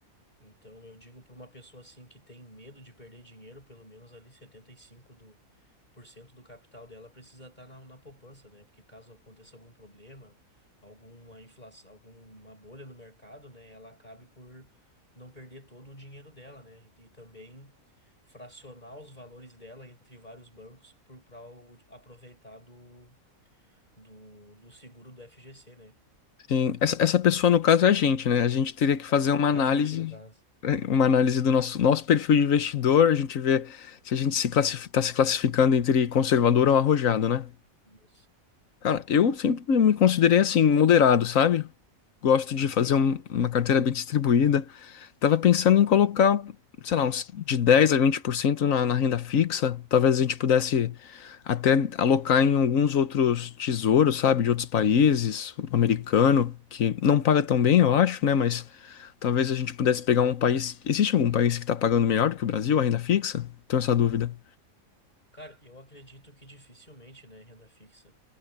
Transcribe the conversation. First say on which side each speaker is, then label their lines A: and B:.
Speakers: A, on the left; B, on the left.
A: Então, eu digo para uma pessoa assim que tem medo de perder dinheiro, pelo menos ali 75 do por cento do capital dela precisa estar na, na poupança, né? Porque caso aconteça algum problema, alguma inflação, alguma bolha no mercado, né, ela acabe por não perder todo o dinheiro dela, né? E também fracionar os valores dela entre vários bancos para aproveitar do, do do seguro do FGC, né?
B: Sim, essa, essa pessoa no caso é a gente, né? A gente teria que fazer
A: É,
B: uma
A: a
B: análise,
A: gente, no caso.
B: eh, uma análise do nosso, nosso perfil de investidor, a gente vê se a gente se está se classificando entre conservador ou arrojado, né?
A: Isso.
B: Cara, eu sempre me considerei assim, moderado, sabe? Gosto
A: Sim.
B: de fazer um- uma carteira bem distribuída. Tava pensando em colocar, sei lá, uns de 10 a 20% na, na renda fixa. Talvez a gente pudesse até alocar em alguns outros tesouros, sabe? De outros países, o americano, que não paga tão bem, eu acho, né? Mas talvez a gente pudesse pegar um país. Existe algum país que tá pagando melhor do que o Brasil, a renda fixa? Tenho essa dúvida.
A: Cara, eu acredito que dificilmente, né, renda fixa.